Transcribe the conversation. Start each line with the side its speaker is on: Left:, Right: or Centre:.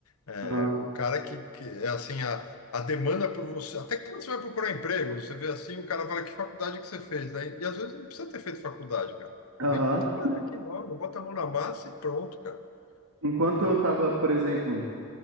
Left: É,
Right: aham,
Left: o cara que, que é assim, a, a demanda por você, até quando você vai procurar emprego, você vê assim, o cara fala, que faculdade que você fez? Aí, e às vezes não precisa ter feito faculdade, cara. Pô,
Right: aham.
Left: vem trabalhar aqui logo, bota a mão na massa e pronto, cara,
Right: Enquanto
Left: né?
Right: eu tava, por exemplo.